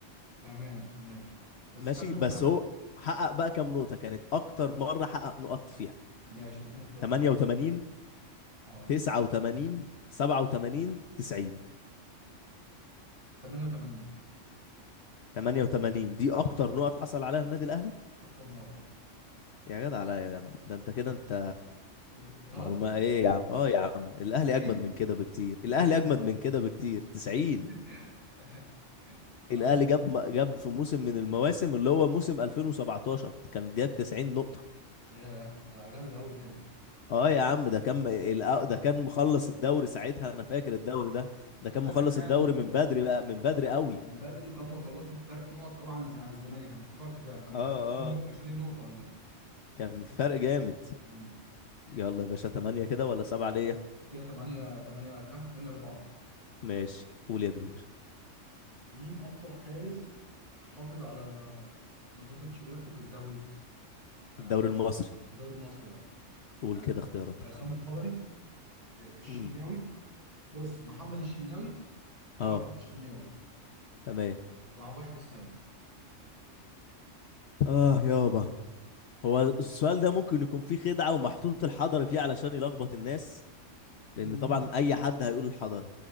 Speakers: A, on the right; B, on the left.
A: تمام ماشي بس
B: ماشي
A: كام نقطة
B: بس
A: يعني
B: هو حقق بقى كام نقطة كانت أكتر مرة حقق نقط فيها
A: ماشي اديني اختيارات
B: 88
A: اه
B: 89 87 90
A: 88
B: 88 دي أكتر
A: اه
B: نقط حصل عليها النادي الأهلي
A: اكتر نقطة يعني
B: يا جدع لا يا جدع ده أنت كده أنت
A: إيه، غلط
B: معلومة إيه يا عم أه يا عم الأهلي
A: 90
B: أجمد من كده بكتير
A: 90
B: الأهلي أجمد من كده بكتير 90
A: <laughs> انا
B: الأهلي
A: قلت
B: جاب جاب في موسم من المواسم اللي هو موسم 2017 كان جاب 90 نقطة
A: ياه ده جامد قوي كده
B: اه يا عم ده كان الأ- ده كان مخلص الدوري ساعتها انا فاكر الدوري ده ده
A: انا
B: كان
A: فاكر
B: مخلص
A: فعلا
B: الدوري
A: إن-
B: من بدري
A: آه،
B: بقى من بدري قوي
A: من بدري وكان مخلصوا بفرق نقط قوي عن الز- عن الزمالك انا افتكرت فعلا كان مش
B: اه
A: عارف 20
B: اه
A: نقطة 20 نقطة ولا ايه
B: كان فرق جامد
A: امم
B: يلا يا باشا تمانية كده ولا سبعة ليا
A: كده 8 8 كام 8 4
B: ماشي قول يا كبير
A: مين اكتر حارس حافظ على نظافة شباكه في الدوري آه
B: الدوري المصري
A: الدوري المصري اه
B: قول
A: آه،
B: كده اختياراتك
A: عصام الحضري آه، الشناوي
B: امم
A: بص محمد الشناوي واحمد
B: اه
A: الشناوي
B: تمام
A: وعبد الواحد السيد
B: اه يابا هو السؤال ده ممكن يكون فيه خدعة ومحطوط الحضري فيه علشان يلخبط الناس لان
A: مم.
B: طبعا اي حد هيقول الحضري